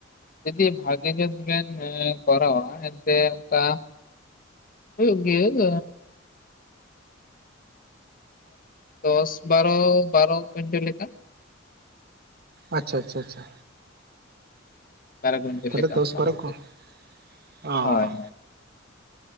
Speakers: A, on the left; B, on the right.
A: ᱡᱩᱫᱤ ᱵᱷᱟᱜᱮ ᱡᱮ ᱵᱮᱱ ᱠᱚᱨᱟᱣᱟ ᱮᱱᱛᱮ ᱚᱱᱠᱟ ᱦᱳᱭᱳᱜ ᱜᱮᱭᱟ ᱫᱚᱥ ᱵᱟᱨᱚ ᱵᱟᱨᱚ ᱠᱩᱭᱤᱱᱴᱮᱞ ᱞᱮᱠᱟ
B: ᱟᱪᱪᱷ ᱟᱪᱷᱟ ᱟᱪᱪᱷᱟ
A: ᱵᱟᱨᱚ ᱠᱩᱭᱩᱱᱴᱟᱞ
B: ᱛᱟᱦᱚᱞᱮ
A: ᱞᱮᱠᱟ
B: ᱫᱚᱥ
A: ᱚᱱᱠᱟ
B: ᱵᱟᱨᱚ
A: ᱦᱩᱭᱩᱜ ᱜᱮᱭᱟ
B: ᱠᱚ ᱚ
A: ᱦᱚᱭ
B: ᱚ
A: ᱦᱚᱭ